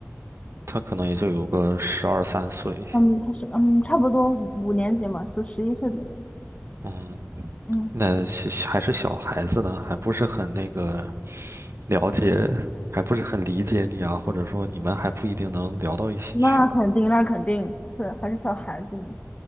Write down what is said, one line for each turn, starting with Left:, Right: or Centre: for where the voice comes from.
Right: 他可能也就有个十二三岁。
Left: 嗯，他是嗯，差不多五五年级嘛，是十一岁左右。
Right: 嗯，
Left: 嗯，
Right: 那是还是小孩子呢，还不是很那个了解，还不是很理解你啊，或者说你们还不一定能聊到一起去。
Left: 那肯定，那肯定，对，还是小孩子呢。